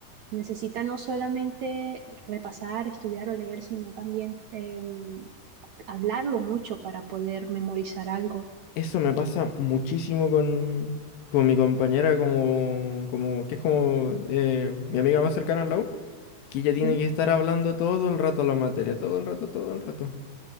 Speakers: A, on the right (about 70°); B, on the left (about 85°).
A: necesita no solamente repasar, estudiar o leer, sino también em, hablarlo mucho para poder memorizar algo.
B: eso me pasa muchísimo con, con mi compañera, como, como que es como eh, mi amiga más cercana al lado, que ella tiene
A: ¿sí?
B: que estar hablando todo el rato la materia, todo el rato, todo el rato.